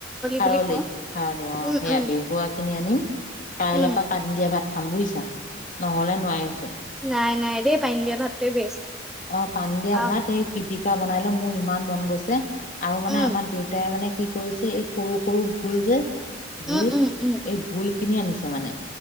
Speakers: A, on the left (about 45°); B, in the centre.
A: খাৰলি
B: বুলি কওঁ।
A: খাৰলি অ
B: উম,
A: সেয়া
B: উম,
A: বেহুৱা কিনি আনিম কাইলৈ
B: উম,
A: পৰা পানী দিয়া ভাত। খাম বুইছা নহ'লে নোৱাৰিছো।
B: নাই নাই দেই, পানী দিয়া ভাতটোৱে বেষ্ট।
A: অ, পানী দিয়া
B: আহ,
A: ভাত এই পিটিকি। কা বনাই লৈ মোৰ ইমান মন গৈছে,। আৰু মানে
B: উম,
A: আমাৰ দেউতাই মানে। কি কৰিছে এই সৰু সৰু ভুল যে। ভুল
B: উম, উম, উম,
A: এই ভুল। কিনি আনিছে মানে।